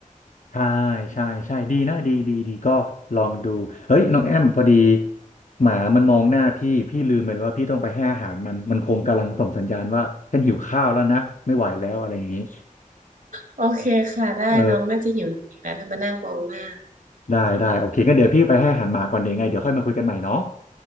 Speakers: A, on the left; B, on the right.
A: ใช่ใช่ใช่ดีนะดีดีดีก็ลองดูเฮ้ยน้องแอมพอดีหมามันมองหน้าพี่พี่ลืมไปเลยว่าพี่ต้องไปให้อาหารมันมันคงกำลังส่งสัญญาณว่าฉันหิวข้าวแล้วนะไม่ไหวแล้วอะไรอย่างนี้
B: โอเคค่ะได้น้องน่าจะหิวจริงๆแล้วถ้ามานั่งมองหน้า
A: เออได้ได้โอเคงั้นเดี๋ยวพี่ไปให้อาหารหมาก่อนเดี๋ยวไงเดี๋ยวค่อยมาคุยกันใหม่เนาะ